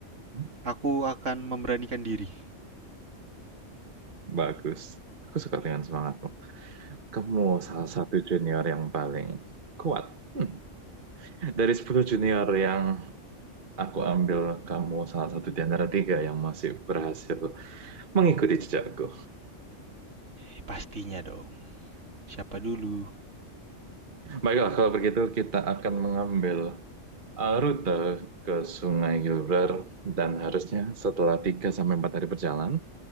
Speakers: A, on the right (about 45°); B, on the right (about 70°).
A: Hmm,
B: aku akan memberanikan diri.
A: bagus. Aku suka dengan semangatmu. Kamu salah satu junior yang paling kuat. Hmm. Dari 10 junior yang aku ambil, kamu salah satu di antara tiga yang masih berhasil mengikuti jejakku.
B: Eh, Pastinya dong. Siapa dulu?
A: Baiklah, kalau begitu kita akan mengambil uh, rute ke Sungai Gilbrar dan harusnya setelah 3 sampai 4 hari berjalan